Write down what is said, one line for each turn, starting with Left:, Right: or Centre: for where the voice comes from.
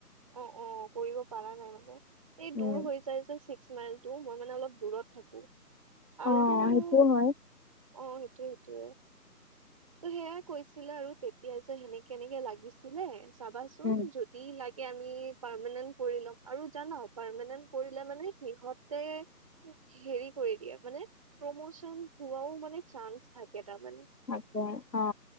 Right: অঁ অঁ কৰিব পৰা নাই মানে এই দূৰ
Left: উম
Right: হৈ যাই যে ছিক্স মাইলটো মই মানে অলপ দূৰত- থাকো আৰু
Left: অ
Right: অঁ
Left: সেইটোও হয়
Right: সেইটোৱে সেইটোয়ে। ত' সেয়াই কৈছিলে আৰু তেতিয়া যে সেনেকে এনেকে লাগিছিলে চাবাচোন
Left: উম
Right: যোত- দি লাগে আমি পাৰমানেন্ট কৰি ল'ম আৰু জানা পাৰমেনেন্ট- কৰিলে মানে সিহঁতে- হেৰি কৰি দিয়া মানে প্ৰমোচন হোৱাাও মানে চান্স থাকে তাৰমানে।
Left: থাকে অ'।